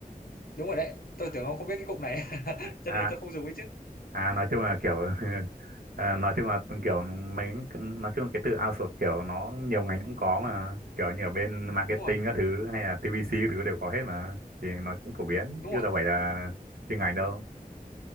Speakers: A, on the left; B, on the right.
A: đúng rồi đấy tôi tưởng ông không biết cái cụm này <laughs> cho
B: à,
A: nên tôi không dùng ấy chứ
B: à nói chung là kiểu <laughs> à, nói chung là kiểu mấy nói chung là cái từ outsource kiểu nó nhiều ngành cũng có mà kiểu như ở bên marketing
A: đúng rồi
B: các thứ hay là TVC các thứ đều có hết mà thì nó cũng phổ biến
A: đúng
B: chứ
A: rồi
B: đâu phải là chuyên ngành đâu